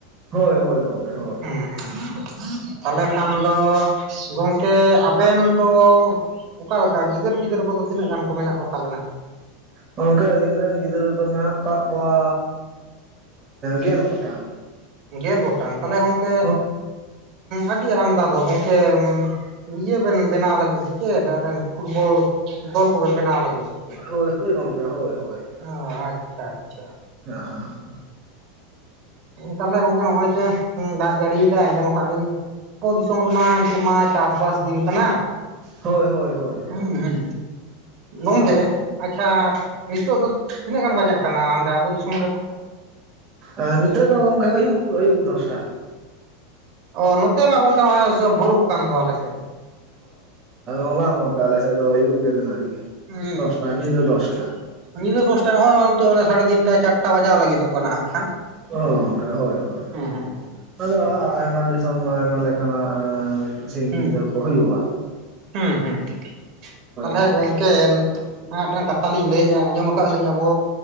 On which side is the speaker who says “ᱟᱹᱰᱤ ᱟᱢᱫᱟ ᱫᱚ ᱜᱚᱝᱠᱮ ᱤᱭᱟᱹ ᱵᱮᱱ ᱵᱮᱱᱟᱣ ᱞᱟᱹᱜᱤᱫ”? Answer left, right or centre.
Right